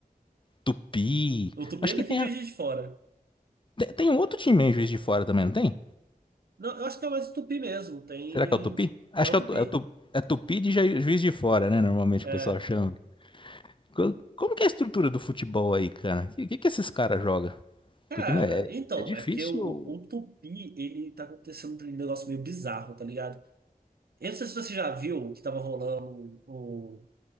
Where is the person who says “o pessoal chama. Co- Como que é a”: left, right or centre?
Left